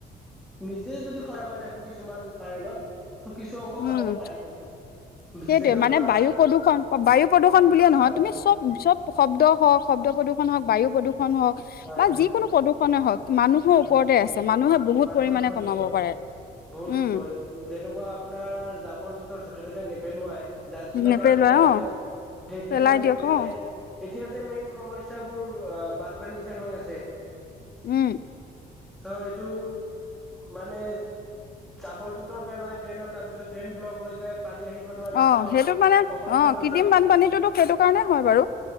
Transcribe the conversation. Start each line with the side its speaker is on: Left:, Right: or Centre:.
Centre: নিজে যদি সজাগ হৈ থাকোঁ‌ কিছুমান কাৰণত চ কিছু অংক
Left: উম
Centre: কমাব পাৰি কিন্তু
Left: সেইটোৱে
Centre: যেনেকুৱা
Left: মানে বায়ু প্ৰদূষণ বায়ু প্ৰদূষণ
Centre: হয়
Left: বুলিয়ে নহয় তুমি চব চব শব্দ হওক, শব্দ প্ৰদূষণ হওক, বায়ু প্ৰদূষণ হওক
Centre: হয়
Left: বা
Centre: হয়
Left: যিকোনো প্ৰদূৰ্ষনে হওঁ‌ক মানুহৰ
Centre: হয়
Left: ওপৰতে
Centre: হয়
Left: আছে। মানুহে বহুত
Centre: মানুহৰ
Left: পৰিমাণে
Centre: ওপৰত
Left: কমাব
Centre: নিৰ্ভৰ
Left: পাৰে।
Centre: বহুত
Left: উম
Centre: যেনেকুৱা আপোনাৰ জাবৰ জোথৰ য'তে ত'তে নেপেলোৱাই ডাষ্টবিনত
Left: নেপেলোৱাই
Centre: ডাইৰেক্ট পেলাই
Left: অ
Centre: দিয়ক। ড্ৰেইনত
Left: পেলাই দিয়ক
Centre: নিপেলাই
Left: অ
Centre: এতিয়া যে মেইন সমস্যাবোৰ অ' বানপানী যে হৈ আছে।
Left: উম।
Centre: ত এইটো মানে চাবৰ জোথৰ পেলাই ড্ৰেইনত তাৰ পিছত ড্ৰেইন ব্লক হৈ যায়। পানী আহিব নোৱাৰে
Left: অ'
Centre: চ'
Left: সেইটো মানে
Centre: অভাৰফ্ল'
Left: অ
Centre: হৈ
Left: কৃতিম
Centre: যায়
Left: বানপানীটোতো সেইটো কাৰণেই হয় বাৰু।